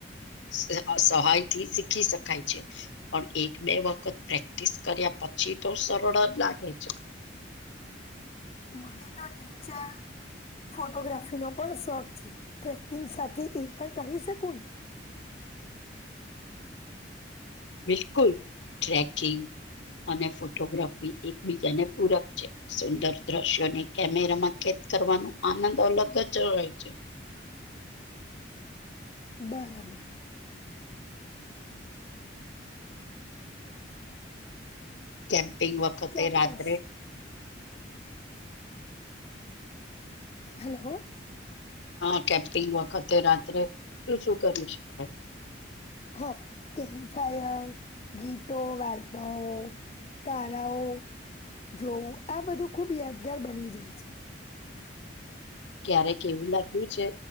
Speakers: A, on the left; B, on the left.
A: સ અ સહાય થી શીખી શકાય છે, પણ એક બે વખત પ્રેક્ટિસ કર્યા પછ પછી તો સરળ જ લાગે છે.
B: મને તો નેચર ફોટોગ્રાફીનો પણ શોખ છે. ટ્રેકિંગ સાથે એ પણ કરી શકું ને
A: બિલકુલ ટ્રેકિંગ અને ફોટોગ્રાફી એકબીજાને પૂરક છે. સુંદર દ્રશ્યોને કેમેરામાં કે કરવાનો આનંદ અલગ જ હોય છે.
B: બરાબર.
A: કેમ્પિંગ વખતે
B: ચોક્કસ
A: રાત્રે
B: હલો.
A: હા કેપિંગ વખતે રાત્રે શું શું કરી શકાય?
B: હ કેમ ફાયર, ગીતો, વાર્તાઓ, તારાઓ જોવું આ બધું ખુબ યાદગાર બની જાય છે.
A: ક્યારેક એવું લાગ્યું છે